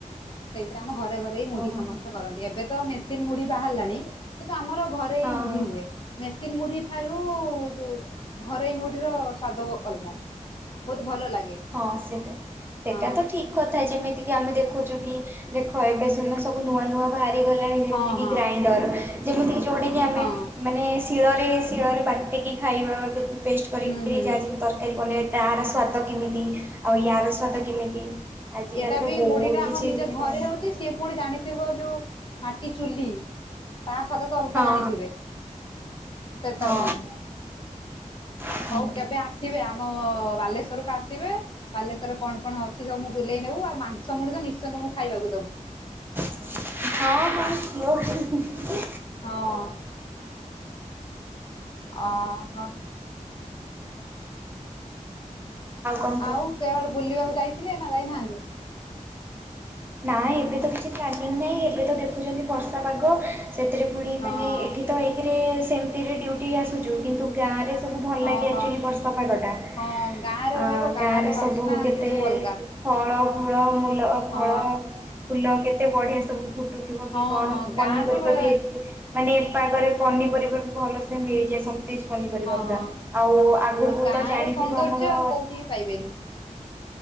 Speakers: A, on the left; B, on the right.
A: ସେଇଥିରେ ଆମ ଘରେ ଘରେ ହି ମୁଢି
B: ଓହୋ
A: ସମସ୍ତେ କରନ୍ତି। ଏବେ ତ ମେସିନ୍ ମୁଢି ବାହାରିଲାଣି କିନ୍ତୁ ଆମର ଘରେ ହି
B: ହଁ
A: ମୁଢି
B: ହଁ।
A: ହୁଏ। ମେସିନ୍ ମୁଢି ଠାରୁ ଯୋଉ ଘରୋଇମୁଢ଼ିର ସ୍ଵାଦ ବ ଅଲଗା, ବହୁତ ଭଲ ଲାଗେ।
B: ହଁ ସେଟା, ସେଟା
A: ହଁ
B: ତ ଠିକ୍ କଥା। ଯେମିତିକିି ଆମେ ଦେଖୁଛୁ କି ଦେଖ ଏବେ ସିନା ସ ବୁ ନୂଆ ନୂଆ ବାହାରି ଗଲାଣି ଯେମିତି
A: ହଁ
B: କି
A: ହଁ
B: ଗ୍ରାଇଣ୍ଡର, ଯେମିତିକି ଯୋଉଟାକି ଆମେ
A: ହଁ
B: ମାନେ ଶିଳରେ ଶିଳରେ ବାଟିକି ଖାଇବା, ବି ପେଷ୍ଟ କରିକିରି
A: ହୁଁ ହୁଁ
B: ଯାହା ଯେମି ତରକାରୀ ବନେଇବା, ତାହାର ସ୍ଵାଦ କେମିତି ଆଉ ୟାର ସ୍ଵାଦ କେମିତି? ଆଜିକାଲି
A: ଏଇଟା
B: ତ
A: ବି
B: ବହୁତ
A: ମୁଢିଟା
B: କିଛି
A: ଆମର ନିଜ
B: ମାନେ
A: ଘରେ ହଉଛି, ସିଏ ପୁଣି ଜାଣିଥିବ ଯୋଉ ମାଟି ଚୁଲି ତା ସ୍ୱାଦ ତ ଅଲଗା
B: ହଁ
A: ଜାଣିଥିବେ, ସେଟା
B: ହଁ
A: ପୁଣି
B: ହଁ
A: ହଉ କେବେ ଆସିବେ, ଆମ ବାଲେଶ୍ଵରକୁ ଆସିବେ, ବାଲେଶ୍ଵରରେ କଣ କଣ ଅଛି ସବୁ ବୁଲେଇ ନବୁ ଆଉ ମାଂସ ମୁଢି ତ ନିଶ୍ଚିୟ ତମକୁ ଖାଇବାକୁ ଦବୁ।
B: ହଁ, ହଁ ମୁଁ ହେଁ-ହେଁ-ହେଁ
A: ହଁ। ଓ ହ।
B: କଣ
A: ଆଉ
B: କୁହ
A: କେୱାଡେ ବୁଲିବାକୁ ଯାଇଥିଲେ ନା ଯାଇନାହାଁନ୍ତି?
B: ନାଇ ଏବେ ତ କିଛି ପ୍ଲାନିଂ ନାହିଁ, ଏବେ ତ ଦେଖୁଛନ୍ତି ବର୍ଷା ପାଗ ସେଥିରେ ପୁଣି
A: ହଁ
B: ମାନେ ଏଠି ତ ଏକେରେ ସେମତିରେ ଡ୍ୟୁଟି ଆସୁଛୁ, କିନ୍ତୁ ଗାଁରେ ସବୁ ଭଲ ଲାଗେ
A: ଓହୋ
B: ଆକ୍ଚୁଆଲି ବର୍ଷା ପାଗଟା,
A: ହଁ ଗାଁରେ
B: ଆଁ
A: ରହିବ ଗାଁର
B: ଗାଁରେ
A: ବାସ୍ନା
B: ସବୁ କେତେ
A: ସେ ସବୁ ଅଲଗା।
B: ଫଳ ଫୁଳ ମୂଲ
A: ହଁ
B: ଫଳ ଫୁଲ କେତେ ବଢ଼ିଆ ସବୁ ଫୁଟୁଥିବ କି
A: ହଁ
B: କଣ?
A: ହଁ
B: ପନିପରିବା
A: ଗାଁର ହଁ
B: ବି ହେଇ ମାନେ ଏ ପାଗରେ ପନିପରିବା ବି ଭଲସେ ମିଳିଯାଏ ସବୁ। ସତେଜ ପନିପରିବା ପୁରା।
A: ହଁ
B: ଆଉ ଆଗକୁ
A: ମାନେ ଗାଁ
B: ତ ଜାଣିଥିବ
A: ର ସୌନ୍ଦର୍ଯ୍ୟ
B: ଆମର
A: ଆଉ କୋଉଠି ବି ପାଇବେନି।